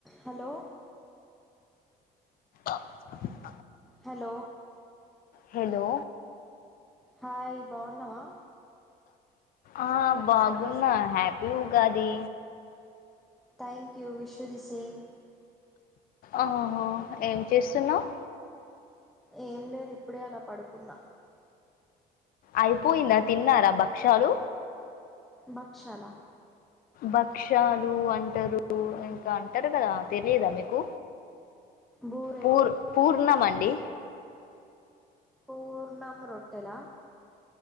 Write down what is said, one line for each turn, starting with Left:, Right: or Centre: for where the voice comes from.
Centre: Hello
Left: ఆహ్
Centre: hello
Left: hello
Centre: hi బాగున్నావా
Left: ఆ బాగున్నా happy Ugadi
Centre: thank you wish you the same
Left: ఆహహా ఏం చేస్తున్నావ్
Centre: ఏం లేదు ఇప్పుడే అలా పడుకున్నా
Left: అయిపోయిందా తిన్నారా భక్షలు
Centre: బక్షలా
Left: భక్షలు అంటారు ఇంకా అంటారు కదా తెలియదా మీకు
Centre: బూరెలు
Left: పూర్ పూర్ణ మండి
Centre: పూర్ణం రొట్టెలా